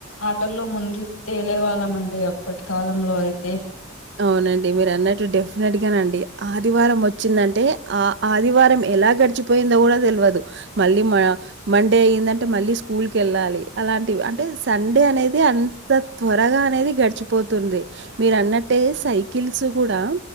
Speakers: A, on the left; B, on the right.
A: ఆటల్లో మునిగి తేలే వాళ్ళం అండి అప్పటి కాలంలో అయితే
B: అవునండి మీరు అన్నట్టు డెఫినెట్ గా నండి ఆదివారం వచ్చిందంటే ఆ ఆదివారం ఎలా గడిచిపోయిందో కూడా తెలవదు మళ్ళీ మా మండే అయ్యిందంటే మళ్ళీ స్కూల్ కి వెళ్ళాలి అలాంటివి అంటే సండే అనేది అన్ త త్వరగా అనేది గడిచిపోతుంది మీరు అన్నట్టు అంటే సైకిల్స్ కూడా